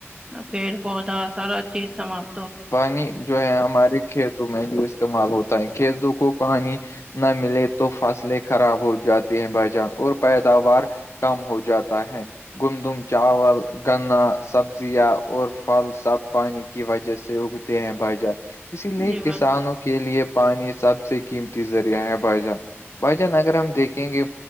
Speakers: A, on the right; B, on the left.
A: پیڑ پودا سارا چیز سمات
B: پانی جو ہے ہمارے کھیتوں میں بھی استعمال ہوتا ہے کھیتوں کو پانی نہ ملے تو فصلیں خراب ہو جاتی ہیں بہ جان اور پیداوار کم ہو جاتا ہے گندم چاول گنا سبزیاں اور پھل سب پانی کی وجہ سے اگتے ہیں بھائی جار اسی لیے
A: جی بھائی
B: کسانوں کے لیے پانی سب سے قیمتی ذریعہ ہے بھائی جان بھائی جان اگر ہم دیکھیں گے